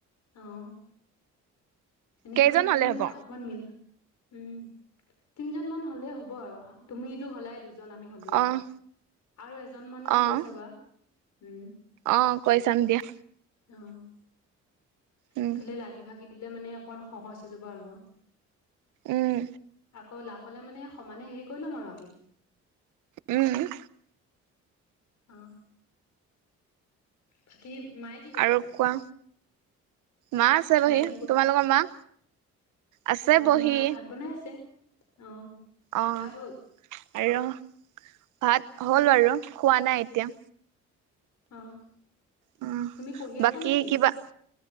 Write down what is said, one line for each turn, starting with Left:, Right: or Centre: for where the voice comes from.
Left: অ' এনেকে
Right: কেইজন
Left: হলে মানে
Right: হ'ব?
Left: মানে অকমান মিল উম! তিনজনমানান হলে হ'ব আৰু তুমিটো হলাই দুছ জন আমি হ'লোয়ে
Right: অ',
Left: আৰু এজন মানক
Right: অ',
Left: কৈ চাবা উম!
Right: অ' কৈ চাম দিয়া।
Left: অ'
Right: উম,
Left: এইফালে লাগি ভাগি দিলে মানে অকমান সহজ হৈ যাব আৰু মই
Right: উম,
Left: আকৌ লাভ হলে মানে সমানে হেৰি কৰি লম আৰু আমি
Right: উম!
Left: অ' বাকী মায়ে কি কৰি
Right: আৰু
Left: আছে।
Right: কোৱা? মা আছে বহি
Left: মায়ে
Right: তোমালোকৰ মা আছে
Left: আ
Right: বহি।
Left: আমাৰ ভাত বনাই আছে অ'
Right: অ'
Left: ভাত হ'ল
Right: আৰু ভাত হ'ল আৰু খোৱা নাই এতিয়া।
Left: অ'
Right: উম,
Left: তুমি পঢ়ি আছা
Right: বাকী
Left: নেকি?
Right: কিবা